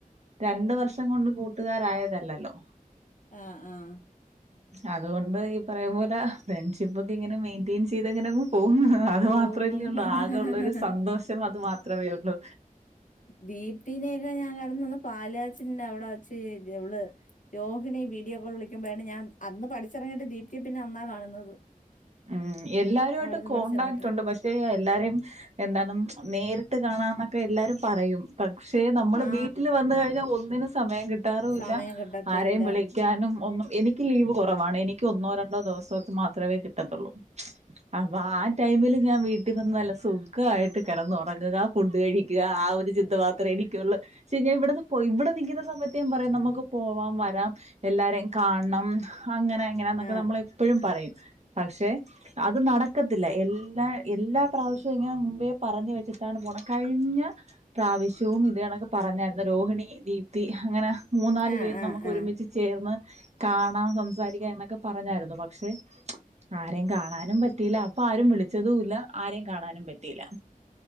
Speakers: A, on the right; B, on the left.
A: രണ്ടു വർഷം കൊണ്ട് കൂട്ട കൂട്ടുക്കാരായതല്ലലോ
B: ആഹ് ആഹ്
A: അതുകൊണ്ട് ഈ പറയും പോലെ ഫ്രണ്ട്ഷിപ്പ് ഒക്കെ ഇങ്ങനെ മെയിൻറ്റെയിൻ ചെയ്ത്ങ്ങനെങ്ങ് പോകുന്നു അത്
B: പോകുന്നു
A: മാത്രമല്ലേ ഉള്ളൂ ആകെ ഉള്ളരു സന്തോഷം അത് മാത്രമേ ഉള്ളു
B: ദീപ്തിനെയൊക്കെ ഞാൻ കിടന്ന വന്ന് പാലാച്ചി അവിടെ വച്ച്ള് രോഹിണി വീഡിയോ കോൾ വിളിക്കുമ്പഴാണ് ഞാൻ അന്ന് പഠിച്ചിറങ്ങിട്ട് ദീപ്തി പിന്നെ അന്നാ കാണുന്നത്
A: ഉം എല്ലാരുമായിട്ടും
B: അവിടുന്ന്
A: കോണ്ടാക്ട്
B: പഠിച്ചിറങ്ങിയിട്ട്
A: ഉണ്ട് പക്ഷേ എല്ലാരേ എന്താണ് നേരിട്ട് കാണാൻ എന്നൊക്കെ എല്ലാരും പറയും പക്ഷേ നമ്മള്
B: ആ
A: വീട്ടിൽ വന്ന കഴിഞ്ഞാൽ ഒന്നിനന് സമയം കിട്ടാറില്ല
B: സമയം കിട്ടത്തില്ല
A: ആരെയും വിളിക്കാനും ഒന്നും എനിക്ക് ലീവ് കുറവാണ് എനിക്ക് ഒന്നോ രണ്ടോ ദിവസം മാത്രം േ കിത്തുള്ളൂ അ ആ ടൈമിൽ ഞ വീട്ടി വന്ന നല്ല സുഖയിട്ട് കിറന്നുറങ്ങുക ഫുഡ് കഴിക്കുക ആ ഒരു ചിന്ത മാത്രേ എനിക്കുള്ള ചാ ഇവിടെന്ന് പോ ഇവിടെ നിക്കുന്ന സമയത്ത് ഞാൻ പറയാം നമുക്ക് പോവാം വരാം എല്ലാരെയും കാണണം അങ്ങനെ എങ്ങനാ എന്നൊക്കെ
B: ആ ആ
A: നമ്മള എപ്പോഴും പറയും പക്ഷെ അത് നടക്കത്തില്ല എല്ലാ എല്ലാ പ്രാവശ്യവും ഇങ്ങനെ മുമ്പേ പറഞ്ഞു വെച്ചിട്ടാണ് പോ അ കഴിഞ്ഞ പ്രാവശ്യവും ഇത് കണൊക്കെ പറഞ്ഞായിരുന്നു രോഹിണി ദീപ്തി അങ്ങനെ മൂന്നാല്
B: ആ
A: പേര്
B: ആ
A: നമുക്ക്
B: ആ
A: ഒരുമിച്ച് ചേർന്ന് കാണാം സംസാരിക്കാം എന്നൊക്കെ പറഞ്ഞായിരുന്നു പക്ഷെ ആരെയും കാണാനും പറ്റിയില്ല അപ്പൊ ആരും വിളിച്ചതുംല്ല ആരെയും കാണാനും പറ്റിയില്ല